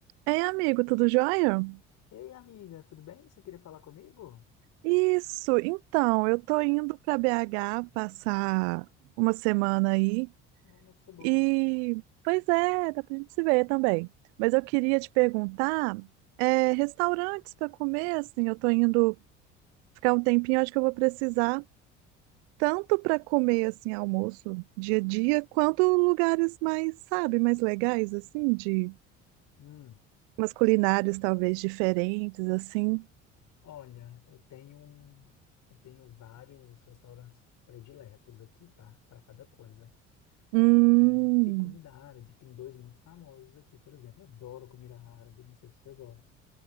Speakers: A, on the right; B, on the left.
A: Ei, amigo, tudo jóia?
B: Ei, amiga, tudo bem? Você queria falar comigo?
A: Isso, então, eu tô indo pra BH passar uma semana aí
B: Uma notícia boa.
A: e, pois é, dá pra gente se ver também. Mas eu queria te perguntar, é, restaurantes pra comer, assim, eu tô indo ficar um tempinho, acho que eu vou precisar tanto pra comer, assim, almoço, dia a dia, quanto lugares mais, sabe, mais legais, assim, de
B: Hum,
A: umas culinárias talvez diferentes, assim.
B: olha, eu tenho um, eu tenho vários restaurantes prediletos aqui, tá? Para cada coisa.
A: Hum,
B: É, que comida árabe, tem dois muito famosos aqui, por exemplo. Adoro comida árabe, não sei se você gosta.